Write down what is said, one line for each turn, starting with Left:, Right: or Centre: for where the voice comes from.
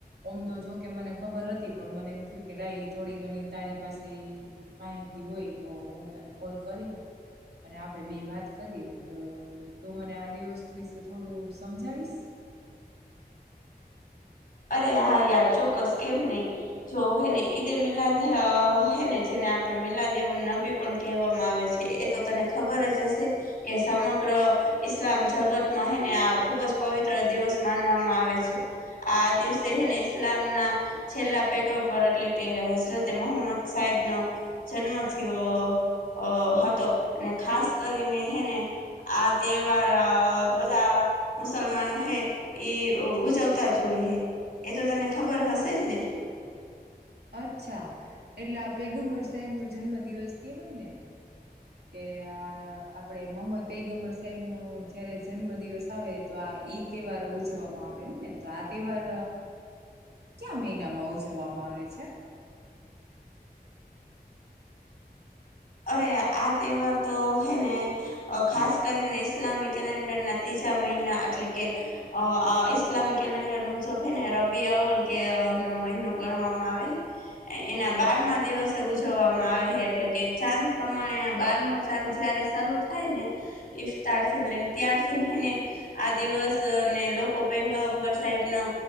Right: ઓમ તો જોકે મને ખબર નથી પણ મને એમ થયું કે લાઈ થોડી ઘણી તારી પાસે માહિતી હોય તો હું તને કોલ કરી અને આપણેે બે વાત કરી તો તું મને આ દિવસ વિશે થોડું સમજાવીશ <inaudible>
Left: અરે હા યાર ચોક્કસ કેમ નહી જો હેને ઈદે મિલાદ હેને જેને આપણે મિલા દેવ નબી પણ કહેવામાં આવે છે એ તો તને ખબર જ હશે કે સમગ્ર ઈસ્લામ જગતમાં હને આ ખુબ જ પવિત્ર દિવસ માનવામાં આવે છે આ દિવસે એને ઈસ્લામ ના છેલ્લા પેગમ્બર એટલે કે હઝરત એ મોહમદ સાહેબ નો જન્મ થયો હતો અને ખાસ કરીને હેને આ તહેવાર અ બધા મુસલમાનો હે ઈ ઉજવ તા જોઈએ એ તો તને ખબર હશે જ ને
Right: અચ્છા એટલે આ પેગમ્બર સાહેબ નો જન્મ દિવસ કેવાય ને કે આ આપડે મોહમ્મદ પૈગમબર સાહેબ નું જયારે જન્મ દિવસ આવે તો આ ઈ તહેવાર ઉજવવામાં આવે એમ ને તો આ તહેવાર ક્યા મહિનામાં ઉજવવામાં આવે આવે છે
Left: અરે આ તહેવાર તો હે ને અ ખાસ કરીને ઈસ્લામી કેલેન્ડર નથી જ મહિના એટલે કે ઈસ્લામી કેલેન્ડર મુજબ હે ને રબ્બી અવલ કે ન મહિનો ગણવામાં આવે એના બારમા દિવસે ઉજવવામાં આવે એટલે કે ચાંદ પ્રમાણે બારમો ચાંદ જયારે શરૂ થાય ને ઈફતાર થી લઈને ત્યારથી આ દિવસ ને લોકો પંકબર સાહેબ નો